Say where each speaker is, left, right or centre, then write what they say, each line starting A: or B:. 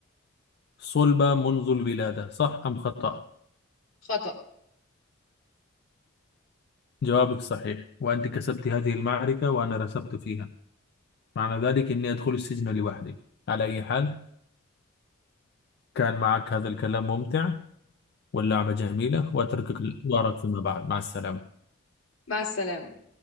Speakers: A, on the left; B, on the left.
A: صلبة منذ الولادة صح أم خطأ
B: خطأ
A: جوابك صحيح وأنت كسبت هذه المعركة وأنا رسبت فيها معنى ذلك إني أدخل السجن لوحدي على أي حال كان معك هذا الكلام ممتع واللعبة جميلة وأتركك لأخبارك فيما بعد مع السلامة
B: مع السلامة